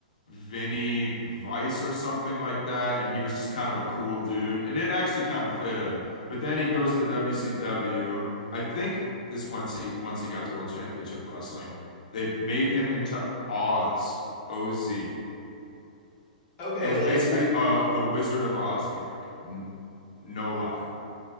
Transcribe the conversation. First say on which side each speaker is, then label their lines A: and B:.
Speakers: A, on the left; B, on the left.
A: Vinny Vice or something like that, and he was just kind of a cool dude, and it actually kind of fit him. But then he goes to WCW. I think this once he once he got to World Championship Wrestling, they made him into Oz, OZ.
B: Okay,
A: It was
B: like
A: basically
B: I,
A: uh, the Wizard of Oz gimmick. N- no lie.